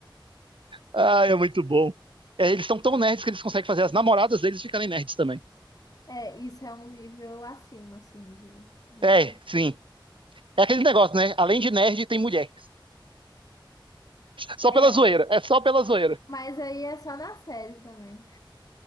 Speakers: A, on the right; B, on the left.
A: Ah, é muito bom. É, eles são tão nerds que eles conseguem fazer as namoradas deles ficarem nerds também.
B: É, isso é um nível acima, assim, de, de,
A: É,
B: né?
A: sim. É aquele negócio, né? Além de nerd, tem mulher. Só
B: É,
A: pela zoeira. É só pela zoeira.
B: Mas aí é só na série também.